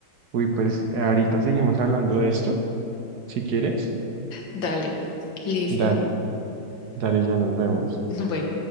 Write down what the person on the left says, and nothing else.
dale, listo.
<laughs> Bueno.